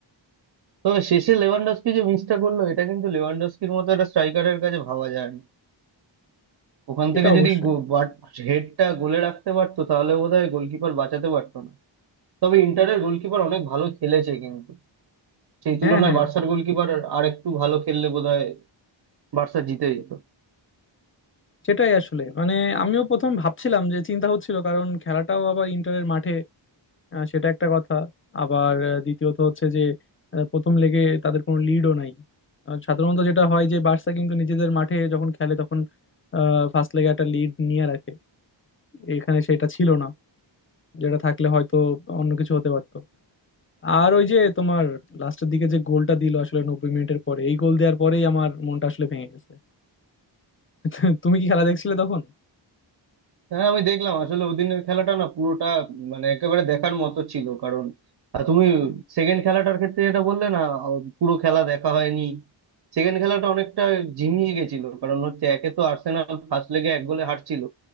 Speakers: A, on the right; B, on the left.
A: তবে শেষে লেভানডস্কি যে মিসটা করলো এটা কিন্তু লেভানডস্কির মতো একটা স্ট্রাইকারের কাছে ভাবা যায় না ওখান থেকে
B: এটা অবশ্যই
A: যদি হেডটা গোলে রাখতে পারতো তাহলে বোধহয় গোলকিপার বাঁচাতে পারতো না তবে ইন্টারের গোলকিপার অনেক ভালো খেলেছে কিন্তু সেই তুলনায়
B: হ্যাঁ হ্যাঁ
A: বার্সার গোলকিপার আর একটু ভালো খেললে বোধহয় বার্সা জিতে যেত
B: সেটাই আসলে মানে আমিও প্রথম ভাবছিলাম যে চিন্তা হচ্ছিল কারণ খেলাটাও আবার ইন্টারের মাঠে আহ, সেটা একটা কথা আবার আহ, দ্বিতীয়ত হচ্ছে যে আহ, প্রথম লেগে তাদের কোনো লিডও নাই আর সাধারণত যেটা হয় যে বার্সা কিন্তু নিজেদের মাঠে যখন খেলে তখন ফার্স্ট লেগে একটা লিড নিয়ে রাখে এখানে সেটা ছিল না যেটা থাকলে হয়তো অন্য কিছু হতে পারতো আর ওই যে তোমার লাস্টের দিকে যে গোলটা দিল আসলে নব্বই মিনিটের পরে এই গোল দেওয়ার পরেই আমার মনটা আসলে ভেঙে গেছে <laughs> তুমি কি খেলা দেখছিলে তখন
A: হ্যাঁ আমি দেখলাম আসলে ওদিনের খেলাটা না পুরোটা মানে একেবারে দেখার মতো ছিল কারণ আহ, তুমি সেকেন্ড খেলাটার ক্ষেত্রে যেটা বললে না আহ, পুরো খেলা দেখা হয়নি সেকেন্ড খেলাটা অনেকটা ঝিমিয়ে গেছিল কারণ হচ্ছে একে তো আর্সেনাল ফার্স্ট লেগে এক গোলে হারছিল